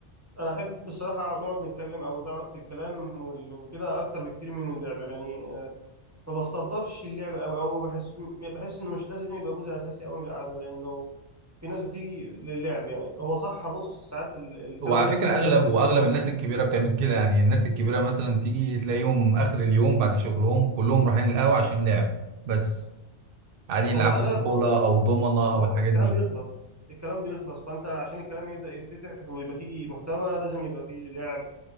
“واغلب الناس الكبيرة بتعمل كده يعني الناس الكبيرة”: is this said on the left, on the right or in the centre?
Right